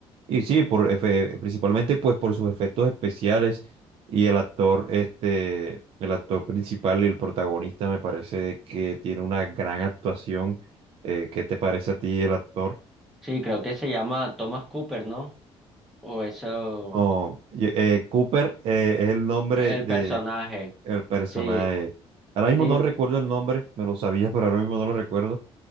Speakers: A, on the right (about 55°); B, in the centre.
A: Y sí, por, efe- principalmente pues por sus efectos especiales y el actor, este, el actor principal y el protagonista me parece que tiene una gran actuación. Eh, ¿qué te parece a ti el actor?
B: Sí, creo que se llama Thomas Cooper, ¿no? O eso,
A: No, y- eh, Cooper eh, es el nombre
B: el
A: de
B: personaje.
A: el personaje.
B: Sí,
A: Ahora mismo
B: sí,
A: no recuerdo el nombre, me lo sabía, <laughs> pero ahora mismo no lo recuerdo.